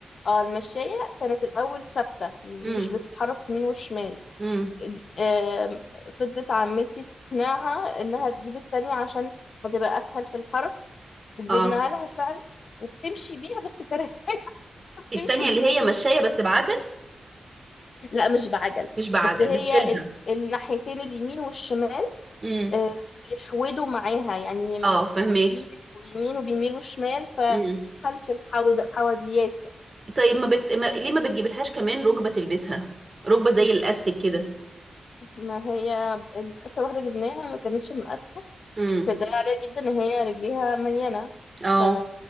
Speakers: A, on the left (about 70°); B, on the right (about 35°).
A: آه، المشاية كانت الأول ثابتة م-
B: امم
A: مش بتتحرك يمين وشمال
B: امم
A: ج- آه، فضلت عمتي تقنعها إنها تجيب التانية عشان هتبقى أسهل في الحركة وجبناها
B: اه
A: لها فعلا وبتمشي بيها بس كارهة
B: التانية
A: بتمشي
B: اللي
A: بيها
B: هي مشايه بس بعجل
A: لا مش بعجل
B: مش بعجل
A: بس هي
B: بتشيلها
A: ال... الناحيتين اليمين والشمال
B: امم
A: آه، بيحودوا معاها يعني
B: اه فهماكي
A: بيميلوا يمين وبيميلوا شمال فخلف
B: امم
A: الحوض الحواديات يعني
B: طيب ما, بت... ما ليه ما بتجيبلهاش كمان ركبه تلبسها ركبه زي الاستيك كده
A: ما هي ال- آخر واحدة جبناها ما كانتش مقاسة
B: امم
A: فده عليها جدا ان هي رجليها مليانة
B: اه
A: ف